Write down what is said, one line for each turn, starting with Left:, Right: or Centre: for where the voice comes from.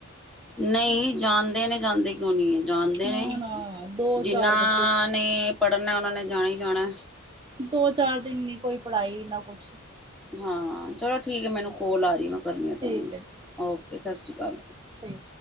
Centre: ਨਹੀਂ ਜਾਣਦੇ ਨੇ ਜਾਂਦੇ ਕਿਉਂ ਨਹੀਂੀ ਜਾਣਦੇ
Right: ਨਾ
Centre: ਨੇ
Right: ਨਾ ਦੋ
Centre: ਜਿੰਨਾ
Right: ਚਾਰ ਬੱਚੇ
Centre: ਨੇ ਪੜ੍ਹਨਾ ਉਹਨਾਂ ਨੇ ਜਾਣਾ ਹੀ ਜਾਣਾ
Right: ਦੋ ਚਾਰ ਦਿਨ ਨੀ ਕੋਈ ਪੜ੍ਹਾਈ ਨਾ ਕੁਛ
Centre: ਹਾਂ ਚਲੋ ਠੀਕ ਹੈ ਮੈਨੂੰ ਕੋਲ ਆ ਰਹੀ ਹੈ ਮੈਂ ਕਰਨੀ ਹ ਤੁਹਾਨੂੰ
Right: ਠੀਕ ਹੈ ਜੀ
Centre: ਓਕੇ ਸਤਿ ਸ਼੍ਰੀ ਅਕਾਲ
Right: ਠੀਕ